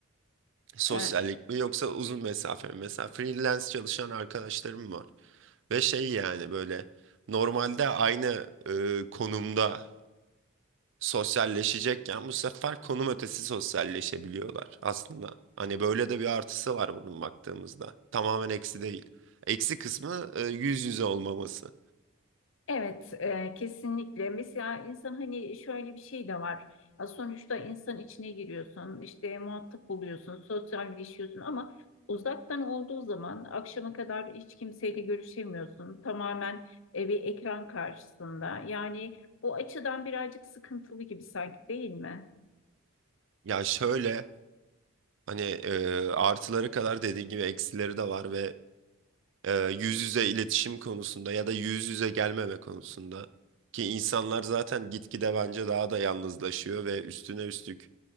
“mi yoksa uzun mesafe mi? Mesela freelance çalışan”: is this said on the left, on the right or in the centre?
Right